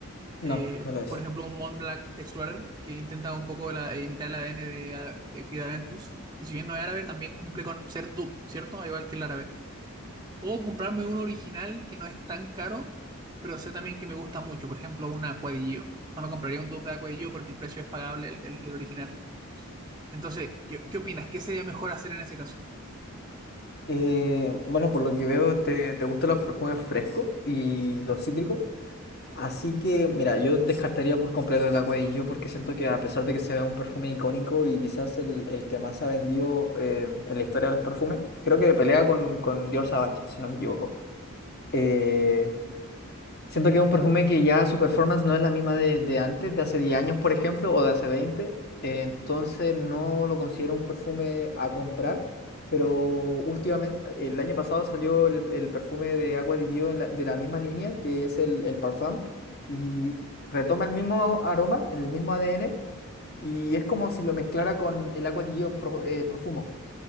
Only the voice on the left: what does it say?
No,
no lo es.
Eh, bueno, por lo que veo, te, te gustan los perfumes frescos y los cítricos. Así que, mira, yo descartaría por completo el Agua de Gio porque siento que a pesar de que sea un perfume icónico y quizás el, el que más ha vendido eh, en la historia de los perfumes, creo que pelea con, con Dior Sauvage, si no me equivoco. Eh, Siento que es un perfume que ya su performance no es la misma de, de antes, de hace 10 años, por ejemplo, o de hace veinte eh, entonces no lo considero un perfume a comprar, pero últimamente, el año pasado salió el, el perfume de Agua di Gio en la- de la misma línea, que es el, el Parfum, y retoma el mismo aroma, el mismo ADN, y es como si lo mezclara con el Agua di Gio pro- eh, Profumo